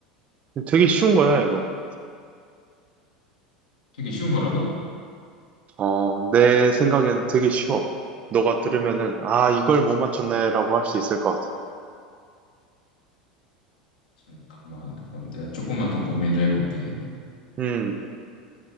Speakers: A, on the right (about 30°); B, on the left (about 70°).
A: 되게 쉬운 거야, 이거.
B: 되게 쉬운 거라고?
A: 어, 내 생각엔 되게 쉬워. 너가 들으면은, 아, 이걸 못 맞췄네라고 할 수 있을 것 같아.
B: 잠깐만, 그럼 내가 조금만 더 고민 좀 해볼게.
A: 음,